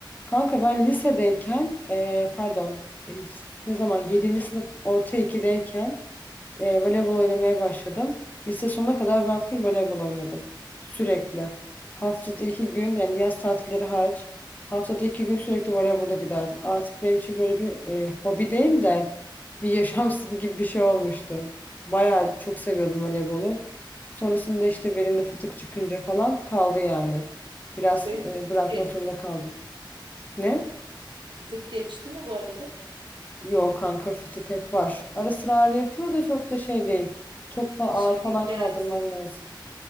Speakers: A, on the left (about 20°); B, on the right (about 70°).
A: Kanka ben lisedeyken eee, pardon eee, ne zaman yedinci sınıf orta 2'deyken E, voleybol oynamaya başladım. Lise sonuna kadar ben full voleybol oynadım. Sürekli. Haftada iki gün yani yaz tatilleri hariç haftada iki gün sürekli voleybola giderdik. Artık benim için böyle bir e, hobi değil de bir yaşam <laughs> stili gibi bir şey olmuştu. Bayağı çok seviyordum voleybolu. Sonrasında işte belimde fıtık çıkınca falan kaldı yani. Biraz
B: Senin fıtık,
A: e, bırakmak
B: ge-
A: zorunda kaldım. Ne?
B: fıtık geçti mi bu arada?
A: Yok kanka fıtık hep var. Ara sıra ağrı yapıyor da çok da şey değil. Çok fa- ağır
B: Şimdi
A: falan
B: gel.
A: kaldırmam lazım.